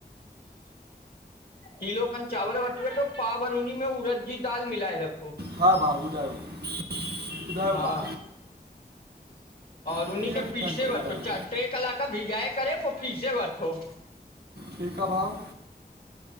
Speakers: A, on the left; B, on the right.
A: कीलो खनि चांवर वठी वठो पाव भर उनी में उरद जी दाल मिलाए रखो।
B: हा भाऊ ॿुधायो, ॿुधायो
A: हा
B: भाउ।
A: और
B: कीअं
A: उनि खे
B: ठहंदो
A: पीसे
B: ॿुधायो
A: वठो टे कलाक भिजाए करे पो पीसे वठो।
B: ठीकु आ भाउ।